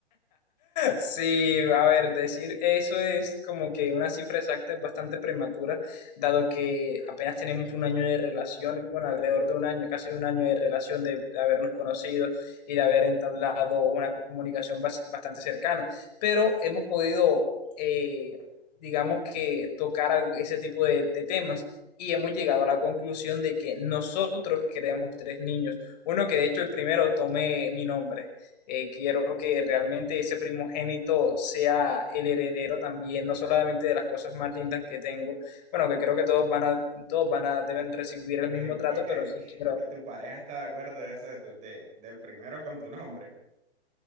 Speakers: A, on the left; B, on the right.
A: Sí, a ver, decir eso es como que una cifra exacta es bastante prematura, dado que apenas tenemos un año de relación, bueno, alrededor de un año, casi un año de relación de, de habernos conocido y de haber entablado una comunicación bas- bastante cercana, pero hemos podido, eh, digamos que, tocar al- ese tipo de, de temas. Y hemos llegado a la conclusión de que nosotros queremos tres niños. Uno que de hecho el primero tome mi nombre. Eh, quiero que realmente ese primogénito sea el heredero también, no solamente de las cosas más lindas que tengo, bueno, que creo que todos van a, todos van a, deben recibir el mismo
B: Seguro
A: trato,
B: que,
A: pero sí quiero,
B: que tu pareja está de acuerdo de eso de tu, de, del primero con tu nombre.